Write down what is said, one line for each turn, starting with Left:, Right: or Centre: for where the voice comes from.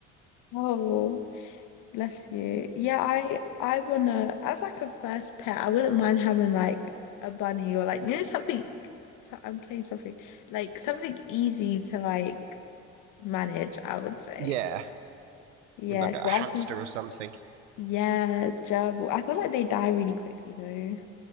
Left: oh, bless you. Yeah, I I wanna as like a first pet, I wouldn't mind having like a bunny or like you know something. So I'm saying something like something easy to like manage, I would say.
Right: Yeah.
Left: Yeah,
Right: maybe like
Left: because
Right: a hamster or something.
Left: Yeah, gerbil. I feel like they die really quickly though.